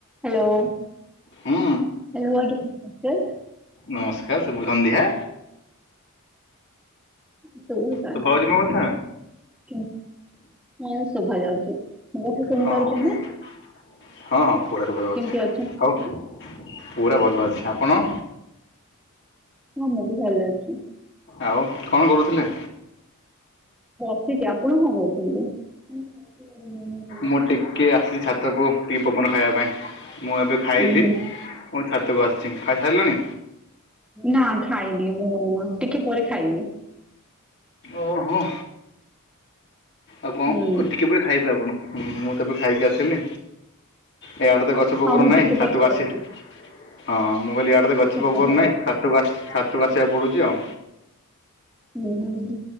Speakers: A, in the centre; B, on the left.
A: hello Hello
B: ହୁଁ
A: ଆଜ୍ଞା ନମସ୍କାର।
B: ନମସ୍କାର ଶୁଭ ସନ୍ଧ୍ୟା।
A: ଶୁଭ ସନ୍ଧ୍ଯା
B: ଶୁଭା ହଉଛି ମୋ କଥା?
A: ହଁ ଶୋଭା ଯାଉଛି। ମୋ କଥା ଶୁଣି
B: ହଁ
A: ପାରୁଛନ୍ତି
B: ହଁ ହଁ ପୁରା ଶୁଭା ଯାଉଛି
A: କେମିତି ଅଛନ୍ତି?
B: ଆଉ। ପୁରା ଭଲ ଅଛି ଆପଣ।
A: ମୁଁ ମେଡିକାଲ ରେ ଅଛି।
B: ଆଉ କଣ କରୁଥିଲେ।
A: ବସିଛି ଆପଣ କଣ କରୁଛନ୍ତି ଉଁ।
B: ମୁଁ ଟିକେ ଆସିଛି ଛାତକୁ ଟିକେ ପବନ ଖାଇବା ପାଇଁ। ମୁଁ ଏବେ ଖାଇଲି
A: ଉୁଁ ହୁଁ
B: ମୋ ଛାତକୁ ଆସିଛି ଖାଇସାରିଲୁଣି।
A: ନା ଖାଇବି ମୁଁ ଟିକେ ପରେ ଖାଇବି।
B: ଓହୋ। ଆଉ କଣ
A: ହୁଁ
B: ଟିକେ ପରେ ଖାଇବେ ଆପଣ ହୁଁ ମୁଁ ତ ଏବେ ଖାଇକି ଆସିଲି ଏଇଆଡେ ତ ଗଛ। ଗଛ ପବନ
A: ହଁ ମୁଁ
B: ନାହିଁ
A: ଟିକେ
B: ଛାତକୁ
A: ପରେ ଖାଇବି
B: ଆସି ହଁ ମୁଁ କହିଲି ଇଆଡ଼େ ତ ଗଛ
A: ହୁଁ
B: ପବନ ନାହିଁ ଛାତକୁ ଆସି। ଛାତକୁ ଆସିବାକୁ ପଡ଼ୁଛି ଆଉ।
A: ହୁଁ ହୁଁ ହୁଁ।